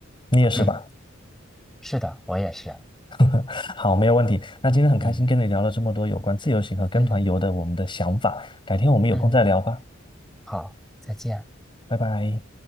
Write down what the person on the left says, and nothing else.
你也是吧？
<laughs> 好，没有问题。那今天很开心跟你聊了这么多有关自由行和跟团游的我们的想法，
改天我们有空再聊吧，
拜拜。